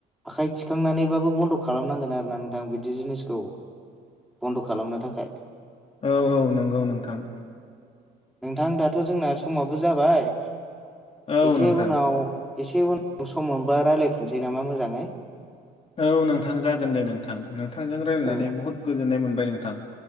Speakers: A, in the centre; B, on the left.
A: आखाइ थिखांनानैबाबो बन्द' खालामनांगोन आरोना नोंथां बिदि जिनिसखौ बन्द' खालामनो थाखाय
B: औ औ नंगौ नोंथां।
A: नोंथां दाथ' जोंना समाबो जाबाय।
B: औ
A: एसे
B: नोंथां
A: उनाव एसे उनाव सम मोनबा रायलायफिनसै नामा मोजाङै।
B: औ नोंथां जागोन दे नोंथां नोंथांजों रायलायनानै
A: औ
B: बहुद गोजोननाय मोनबाय नोंथां।